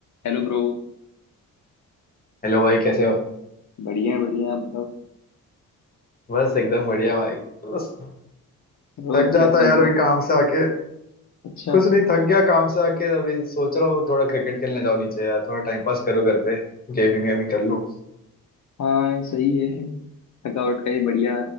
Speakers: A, on the left; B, on the left.
A: Hello bro
B: Hello भाई कैसे हो
A: बढ़िया है बढ़िया है, आप बताओ
B: बस एकदम बढ़िया भाई बस
A: और
B: थक जाता
A: क्या चल
B: यार
A: रहा
B: अभी
A: है
B: काम से आके
A: अच्छा
B: कुछ नहीं थक गया काम से आके अभी सोच रहा हूँ थोड़ा क्रिकेट खेलने जाओ नीचे यार थोड़ा टाइम पास करो घर पे गेमिंग वेमिंग कर लूँ
A: हाँ सही है थकावट का ये बढ़िया